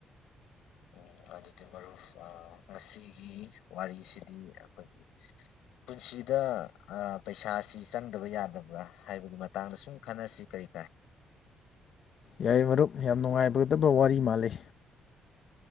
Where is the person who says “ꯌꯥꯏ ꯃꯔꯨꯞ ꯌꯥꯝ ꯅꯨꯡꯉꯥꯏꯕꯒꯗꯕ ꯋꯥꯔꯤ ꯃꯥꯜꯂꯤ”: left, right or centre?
Left